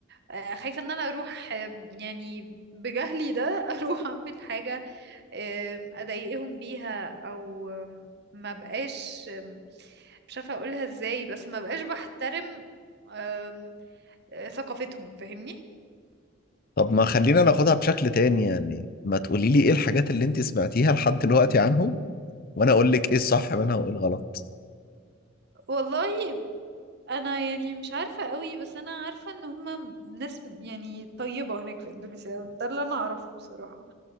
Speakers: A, on the right; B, on the left.
A: آه، خايفة ان انا اروح آه، يعني بجهلي ده <laughs> اروح اعمل حاجة آم، اضايقهم بيها او آم، ما بقاش آم، مش عارفة اقولها ازاي بس ما بقاش بحترم آم، آه، ثقافتهم فاهمني
B: طب ما خلينا ناخدها بشكل تاني يعني ما تقولي لي إيه الحاجات اللي أنت سمعتيها لحد دلوقتي عنهم وأنا أقول لك إيه الصح منها وإيه الغلط
A: والله انا يعني مش عارفه قوي بس انا عارفه ان هم ناس يعني طيبه هناك في اندونيسيا ده اللي انا اعرفه بصراحه